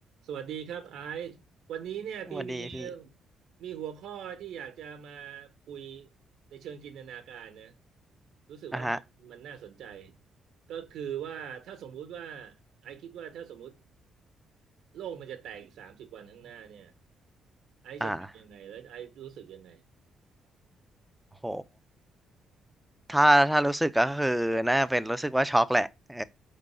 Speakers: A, on the right; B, in the centre.
A: สวัสดีครับไอซ์วันนี้เนี่ยพี่มี
B: สวัสดีพี่
A: มีหัวข้อที่อยากจะมาคุยในเชิงจินตนาการนะรู้สึกว่ามันมันน่าสนใจ
B: อ่ะฮะ
A: ก็คือว่าถ้าสมมุติว่าไอซ์คิดว่าถ้าสมมุติโลกมันจะแตกอีกสามสิบวันข้างหน้าเนี่ยไอซ์จะทำยังไงแล้วไอซ์รู้สึกยังไง
B: อ่าโหถ้าถ้ารู้สึกก็คือน่าเป็นรู้สึกว่าช็อกแหละเออ